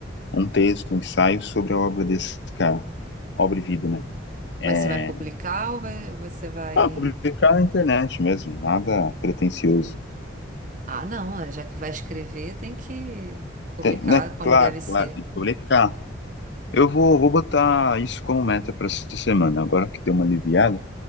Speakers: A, on the left; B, on the right.
A: um texto, um ensaio sobre a obra desse cara, obra e vida, né? É,
B: Mas você vai publicar ou vai- você vai.
A: Ah, publicar na internet mesmo, nada pretensioso.
B: Ah, não, é, já que vai escrever, tem que publicar
A: Tem- né?
B: como
A: Claro,
B: deve ser.
A: claro, tem que publicar. Eu vou, vou botar isso como meta para essa semana. Agora que deu uma aliviada,